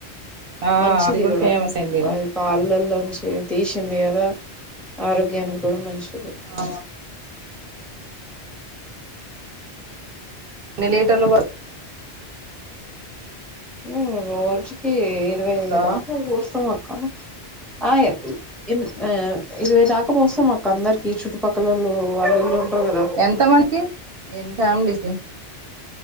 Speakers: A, on the right (about 60°); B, in the centre.
A: ఆ
B: మంచిది
A: అది
B: కూడా
A: ఫేమస్ అయిందిగా
B: ఆ ఇప్ పళల్లోంచి తీసింది కదా ఆరోగ్యానికి కూడా మంచిది
A: ఆ ఎన్ని లీటర్లు బ
B: ఉ రోజుకి ఇరవై
A: హలో
B: ఐదు దాక పోస్తాం అక్క ఆ ఏ ఇర్ ఆ ఇరవై దాకా పోస్తామక్కా అందరికి చుట్టుపక్కలోళ్ళు వాళ్ళు ఇళు ఉంటారు గాదా
A: ఎంత మనకి ఫ్యామిలీకి